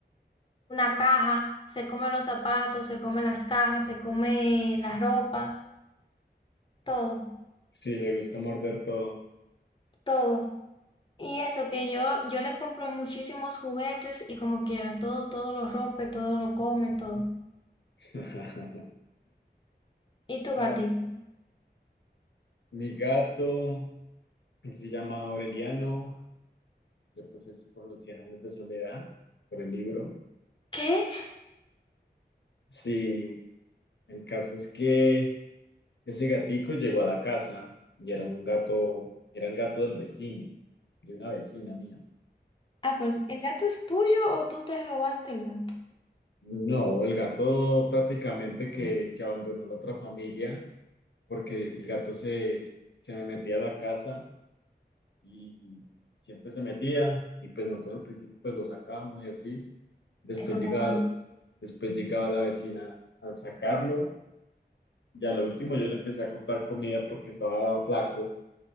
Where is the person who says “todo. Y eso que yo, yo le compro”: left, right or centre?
Left